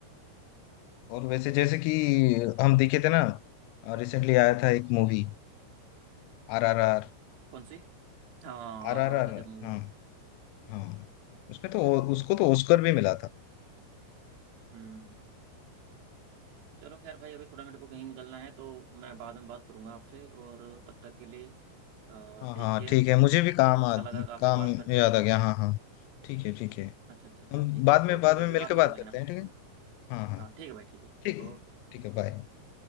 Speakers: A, on the left (about 85°); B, on the right (about 80°).
A: और वैसे जैसे कि हम देखे थे ना रिसेंटली आया था एक मूवी आर आर आर
B: कौन सी हाँ
A: आर
B: आर
A: आर
B: आर
A: आर
B: गजब मूवी
A: हाँ,
B: थी
A: हाँ उसमें तो ओ-
B: बिल्कुल बिल्कुल
A: उसको तो ऑस्कर भी मिला था
B: हम्म चलो खैर भाई अभी थोड़ा मेरे को कहीं निकलना है तो मैं बाद में बात करूंगा आपसे और तब तक के लिए
A: हाँ
B: टेक
A: हाँ
B: केयर
A: ठीक है मुझे भी काम
B: अच्छा
A: आ,
B: लगा काफ़ी
A: काम
B: बात करके
A: याद आ गया हाँ हाँ ठीक है ठीक है
B: अच्छा अच्छा अच्छा
A: हम
B: ठीक
A: बाद
B: है तो
A: में
B: ठीक
A: बाद
B: है
A: में
B: फिर
A: मिलकर
B: बाद में
A: बात
B: कर लेंगे
A: करते
B: ना
A: हैं ठीक है हाँ हाँ
B: हाँ ठीक है भाई ठीक है
A: ठीक
B: ओके
A: ठीक है बाय